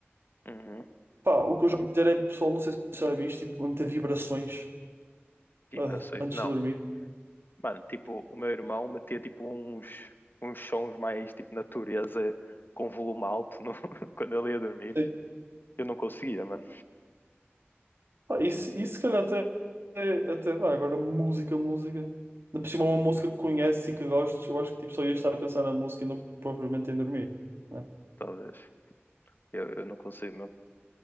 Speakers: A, on the left (about 50°); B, on the right (about 65°).
A: Uhum.
B: Pá, o que eu já ouvi dizer é, pessoal, não sei se já viste, tipo, vão meter vibrações
A: Vibrações.
B: ah, antes
A: Não.
B: de dormir.
A: Mano, tipo, o meu irmão metia tipo uns, uns sons mais tipo natureza com volume alto no- <laughs> quando ele ia dormir.
B: Sim.
A: Eu não conseguia, mano.
B: Pá, isso, isso, se calhar, até, até, até dá. Agora, música, música. Ainda Por cima, uma música que conheces e que gostes, eu acho que tipo, só ia estar a pensar na música e não propriamente em dormir. Né?
A: Talvez. Eu, eu não consigo mesmo.